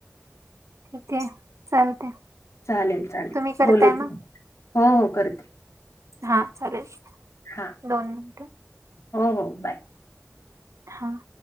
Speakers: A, on the right (about 70°); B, on the left (about 65°).
A: ठीक आहे चालते.
B: चालेल चालेल
A: तुम्ही करताय
B: बोलू
A: मग
B: हो हो करते.
A: हा चालेल.
B: हा
A: दोन मिनिटं
B: हो हो बाय!
A: हां!